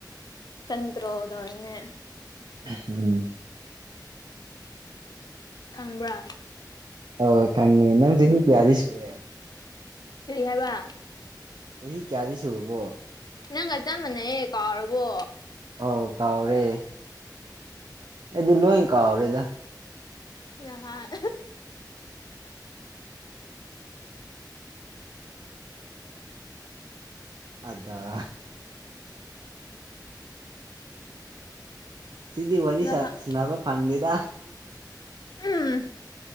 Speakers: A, on the left; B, on the right.
A: ꯀꯟꯇ꯭ꯔꯣꯜ ꯇꯧꯔꯤꯅꯦ
B: ꯎꯝ
A: ꯈꯪꯕ꯭ꯔꯥ
B: ꯑꯣꯏ ꯈꯪꯉꯦ ꯅꯪ ꯆꯍꯤ ꯀꯌꯥꯗꯤ ꯁꯨꯔꯦ
A: ꯀꯔꯤ ꯍꯥꯏꯕ
B: ꯆꯍꯤ ꯀꯌꯥꯗꯤ ꯁꯨꯨꯔꯕꯣ
A: ꯅꯪꯒ ꯆꯞ ꯃꯥꯅꯩꯌꯦ ꯀꯥꯎꯔꯕꯣ
B: ꯑꯣꯥ ꯀꯥꯎꯔꯦ ꯑꯩꯗꯤ ꯂꯣꯏ ꯀꯥꯎꯔꯦꯗ
A: ꯅꯍꯥꯟ
B: ꯑꯗ ꯁꯤꯗꯤ ꯋꯥꯔꯤ
A: ꯅꯍꯥꯟ
B: ꯁꯥ ꯁꯥꯅꯕ ꯐꯪꯗꯦꯗ
A: ꯎꯝ